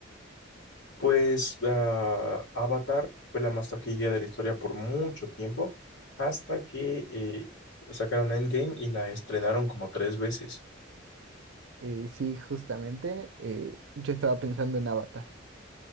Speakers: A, on the left; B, on the right.
A: Pues ah, Avatar fue la más taquilla de la historia por mucho tiempo, hasta que eh, sacaron Endgame y la estrenaron como tres veces.
B: Eh, sí, justamente, eh, yo estaba pensando en Avatar.